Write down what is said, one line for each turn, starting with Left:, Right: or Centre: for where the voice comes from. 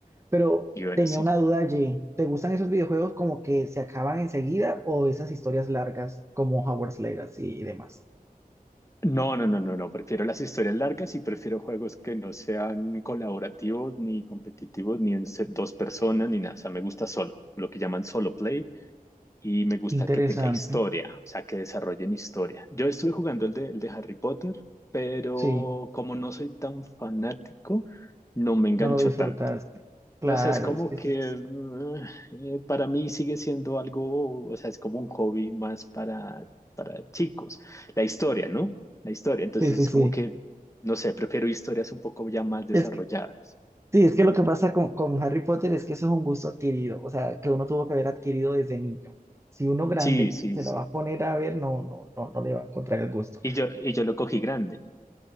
Right: Pero
Left: Y bueno,
Right: tenía
Left: sí.
Right: una duda allí. ¿Te gustan esos videojuegos como que se acaban enseguida o esas historias largas como Hogwarts Legacy y demás?
Left: No, no, no, no, no. Prefiero las historias largas y prefiero juegos que no sean colaborativos, ni competitivos, ni en se- dos personas, ni nada. O sea, me gusta solo, lo que llaman solo play, y me gusta
Right: Interesante.
Left: que tenga historia, o sea, que desarrollen historia. Yo estuve jugando el de, el de Harry Potter, pero
Right: Sí,
Left: como no soy tan fanático, no me enganchó
Right: no lo disfrutaste.
Left: tanto.
Right: Claro,
Left: Entonces, como
Right: es que esto
Left: que
Right: es-
Left: mm, eh, para mí sigue siendo algo, o sea, es como un hobby más para, para chicos. La historia, ¿no? La historia. Entonces,
Right: Sí,
Left: es
Right: sí, sí.
Left: como que, no sé, prefiero historias un poco ya más desarrolladas.
Right: Es que, sí, es que lo que pasa con, con Harry Potter es que eso es un gusto adquirido, o sea, que uno tuvo que haber adquirido desde niño. Si uno grande
Left: Sí, sí,
Right: se
Left: sí.
Right: lo va a poner a ver, no, no, no, no le va a encontrar el gusto.
Left: Y yo, y yo lo cogí grande.